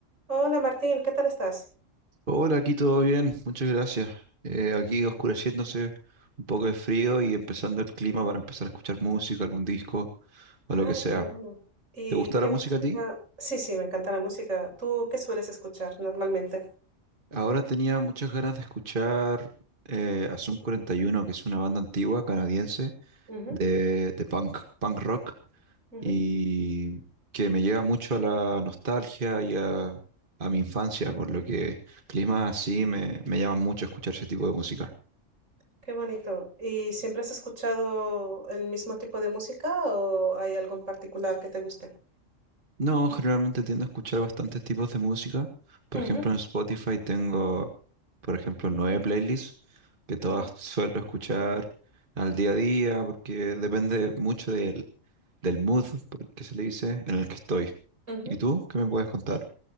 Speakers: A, on the right; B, on the right.
A: Hola Martín, ¿qué tal estás?
B: Hola, aquí todo bien, muchas gracias. Eh, aquí oscureciéndose, un poco de frío y empezando el clima para empezar a escuchar música, algún disco o
A: Ah,
B: lo que sea.
A: qué bueno. ¿Y
B: ¿Te gusta
A: qué
B: la
A: música?
B: música a ti?
A: Sí, sí, me encanta la música. ¿Tú qué sueles escuchar normalmente?
B: Ahora tenía muchas ganas de escuchar eh, a Sum 41, que es una banda antigua canadiense
A: Ujú,
B: de, de punk, punk rock
A: ujú.
B: y que me lleva mucho a la nostalgia y a, a mi infancia, por lo que climas así me, me llaman mucho a escuchar ese tipo de música.
A: Qué bonito. ¿Y siempre has escuchado el mismo tipo de música o hay algo en particular que te guste?
B: No, generalmente tiendo a escuchar bastantes tipos de música. Por
A: Ujú,
B: ejemplo, en Spotify tengo, por ejemplo, nueve playlists que todas
A: ajá,
B: suelo escuchar al día a día porque depende mucho del, del mood, por- que se le dice, en el que estoy.
A: ujú.
B: ¿Y tú? ¿Qué me puedes contar?